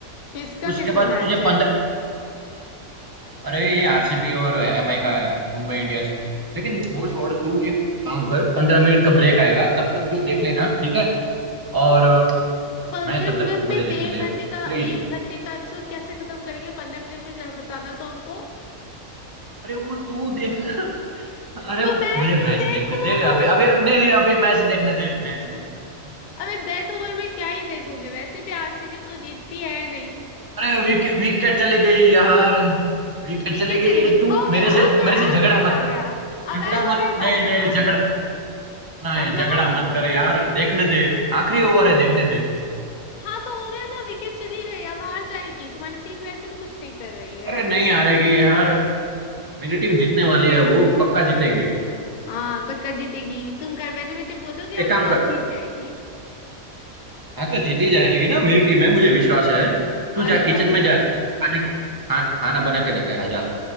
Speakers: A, on the left (about 50°); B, on the right (about 20°).
A: किसका
B: उसके
A: किसका
B: बाद
A: मैच
B: तुझे
A: है
B: पंद्रह अरे ये आरसीबी और एमआई का है मुंबई इंडियंस लेकिन वो छोड़ तू एक काम कर पंद्रह मिनट का ब्रेक आएगा तब तक तू देख लेना ठीक है और अ,
A: पंद्रह
B: मैं तब
A: मिनट
B: तक
A: में
B: मुझे देखने
A: डेढ़
B: दे
A: घंटे
B: प्लीज
A: का एक घंटे का एपिसोड कैसे खत्म करेंगे पंद्रह मिनट में जरा बताना तो हमको
B: अरे वो तू देखना अरे
A: वो मैं
B: मुझे
A: क्यों
B: मैच
A: देखूं
B: देखने दे अभी अभी नहीं नहीं अभी मैच देखने दे मैच देखने दे यार
A: अबे डेथ ओवर में क्या ही देखोगे वैसे भी आरसीबी तो जीतती है नहीं
B: अरे विकेट विकेट चली गई यार विकेट
A: विकेट
B: चली गई
A: चली
B: ये
A: गई
B: तू
A: हो गया
B: मेरे से
A: अब तो
B: मेरे
A: एड
B: से झगड़ा
A: ब्रेक
B: मत
A: आ
B: कर
A: गया अब
B: झगड़ा
A: एड ब्रेक
B: मत नहीं
A: आ गया
B: नहीं झगड़ा नहीं
A: अब
B: झगड़ा
A: लगाओ बिग
B: मत
A: बॉस
B: कर यार देखने दे आखिरी ओवर है देखने दे
A: हाँ तो हो गया ना विकेट चली गई अब हार जाएगी तुम्हारी टीम वैसे भी कुछ नहीं कर रही है
B: अरे नहीं हारेगी यार मेरी टीम जीतने वाली है वो पक्का जीतेगी
A: हाँ पक्का जीतेगी तुम घर बैठे बैठे बोलोगे और
B: एक काम
A: वो वहां
B: कर
A: जीत जाएगी
B: हाँ तो जीती जाएगी ना मेरी टीम है मुझे विश्वास है तू जा
A: अरे
B: किचन
A: बाप रे
B: में जा तू खाने को खा, खाना बना के लेके आ जा